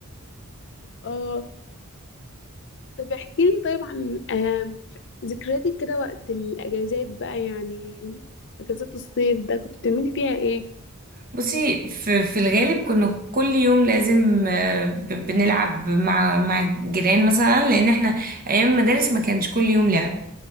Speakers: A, on the left; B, on the right.
A: اه طب احكي لي طيب عن آه ذكرياتك كده وقت الأجازات بقى يعني أجازات الصيف ده كنت بتعملي فيها ايه؟
B: بصي في, في الغالب كنا كل يوم لازم آه، ب- بنلعب مع مع الجيران مثلا لان احنا ايام المدارس ما كانش كل يوم لعب